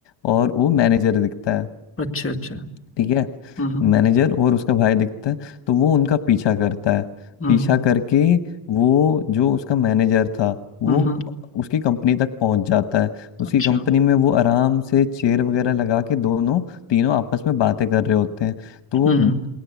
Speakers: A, on the left; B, on the left.
A: और वो मैनेजर दिखता है
B: अच्छा अच्छा
A: ठीक है
B: हम्म हम्म
A: मैनेजर और उसका भाई दिखता है तो वो उनका पीछा करता है
B: हम्म
A: पीछा करके वो जो उसका मैनेजर था वो
B: हम्म, हम्म,
A: उसकी कंपनी तक पहुंच जाता है उसकी
B: अच्छा
A: कंपनी में वो आराम से चेयर वगैरह लगा के दोनों तीनों आपस में बातें कर रहे होते हैं तो वो
B: हम्म